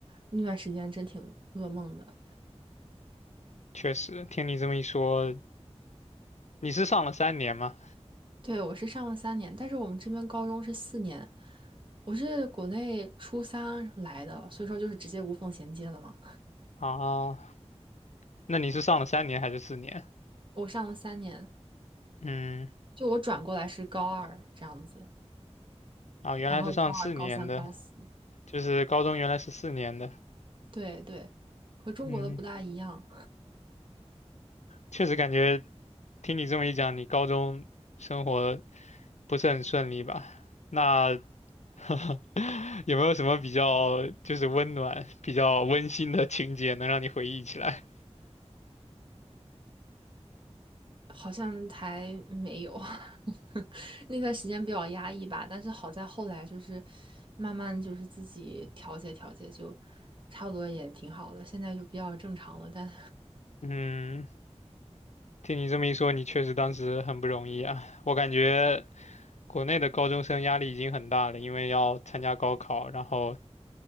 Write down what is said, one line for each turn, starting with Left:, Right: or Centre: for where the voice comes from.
Right: 那段时间真挺噩梦的。
Left: 确实，听你这么一说，你是上了三年吗？
Right: 对，我是上了三年，但是我们这边高中是四年，我是国内初三来的，所以说就是直接无缝衔接了嘛。
Left: 啊，那你是上了三年还是四年？
Right: 我上了三年，
Left: 嗯，
Right: 就我转过来是高二这样子，
Left: 啊，原来是上四年的，
Right: 然后高二、高三、高四，
Left: 就是高中原来是四年的。
Right: 对对，和中国的不大一样。
Left: 嗯。确实感觉听你这么一讲，你高中生活不是很顺利吧？那 <laughs> 有没有什么比较就是温暖、比较温馨的情节能让你回忆起来？
Right: 好像还没有，<laughs> 那段时间比较压抑吧。但是好在后来就是慢慢就是自己调节调节，就差不多也挺好的。现在就比较正常了。但
Left: 嗯，听你这么一说，你确实当时很不容易啊。我感觉国内的高中生压力已经很大了，因为要参加高考，然后